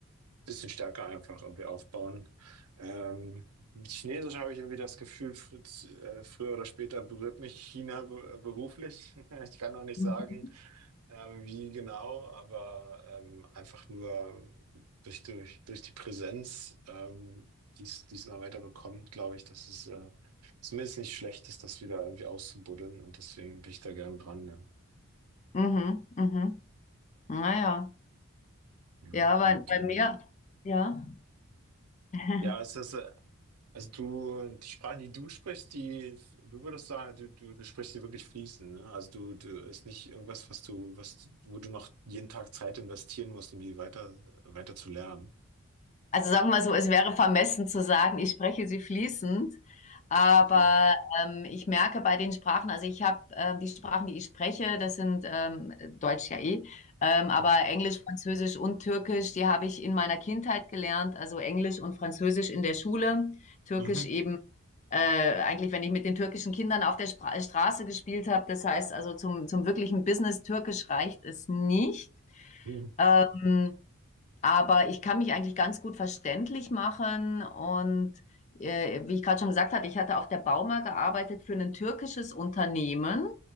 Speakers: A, on the right (about 85°); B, on the left (about 30°).
A: bisschen stärker einfach irgendwie aufbauen. Ähm, mit Chinesisch habe ich irgendwie das Gefühl, fr äh, früher oder später berührt mich China be- äh, beruflich. <laughs> Ich kann noch nicht
B: Mhm,
A: sagen, ähm, wie genau, aber ähm, einfach nur durch, durch, durch die Präsenz, ähm, die es die es immer weiter bekommt, glaube ich, dass es äh, zumindest nicht schlecht ist, das wieder irgendwie auszubuddeln und deswegen bin ich da gerne dran. Ja.
B: mhm. mhm. Naja,
A: Ja,
B: ja,
A: und
B: Ja, bei, bei
A: ähm,
B: mir, ja. <laughs>
A: ja, es ist äh, Also du, die Sprachen, die du sprichst, die, du würdest sagen, du, du, du sprichst sie wirklich fließend, ne? Also du, du ist nicht irgendwas, was du, was, wo du noch jeden Tag Zeit investieren musst, um die weiter, weiter zu lernen.
B: Also sagen wir mal so, es wäre vermessen zu sagen, ich spreche sie fließend, aber
A: Okay.
B: ähm, ich merke bei den Sprachen, also ich habe ähm, die Sprachen, die ich spreche, das sind ähm, Deutsch ja eh, ähm, aber
A: Hm.
B: Englisch, Französisch und Türkisch, die habe ich in meiner Kindheit gelernt, also Englisch und Französisch in der Schule, Türkisch
A: Mhm.
B: eben. Äh, eigentlich, wenn ich mit den türkischen Kindern auf der Spra Straße gespielt habe, das heißt also zum, zum wirklichen Business Türkisch reicht es nicht.
A: Mhm.
B: Ähm, aber ich kann mich eigentlich ganz gut verständlich machen und äh, wie ich gerade schon gesagt hatte, ich hatte auf der Bauma gearbeitet für ein türkisches Unternehmen.